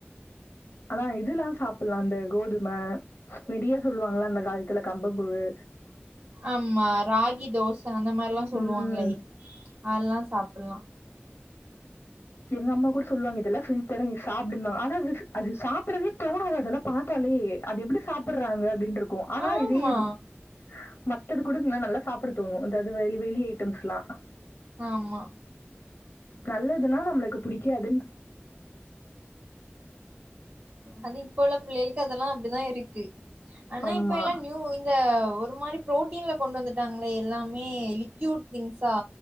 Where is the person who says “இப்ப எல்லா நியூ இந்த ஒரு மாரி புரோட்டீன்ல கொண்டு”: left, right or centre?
Right